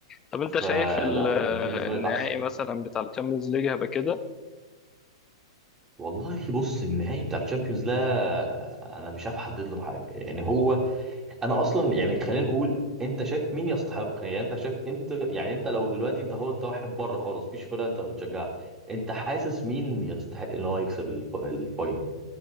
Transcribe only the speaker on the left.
طب انت
شايف ال-
النهائي
مثلا بتاع الشامبيونز ليج هيبقى كده